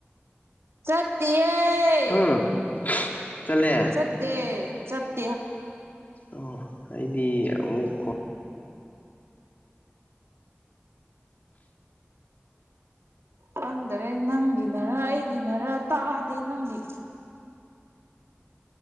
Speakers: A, on the right; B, on the left.
A: ꯆꯠꯇꯤꯌꯦ
B: ꯍꯨꯝ ꯆꯠꯂꯦ
A: ꯆꯠꯇꯦ ꯆꯠ
B: ꯑꯣ ꯑꯩꯗꯤ ꯑꯃꯨꯛ ꯈꯣ
A: ꯈꯪꯗꯔꯦ ꯅꯪꯒꯤꯅꯔ ꯑꯩꯒꯤꯅꯔ ꯇꯥꯗꯦ ꯅꯪꯒꯤ